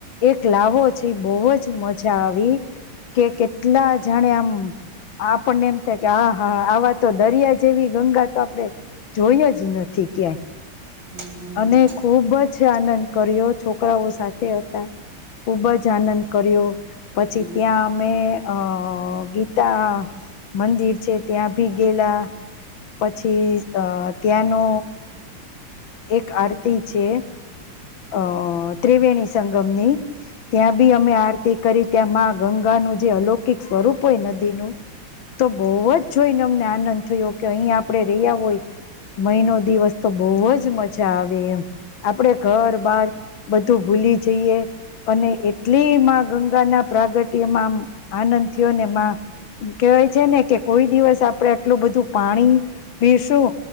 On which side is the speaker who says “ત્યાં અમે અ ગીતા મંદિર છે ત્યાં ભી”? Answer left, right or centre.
Left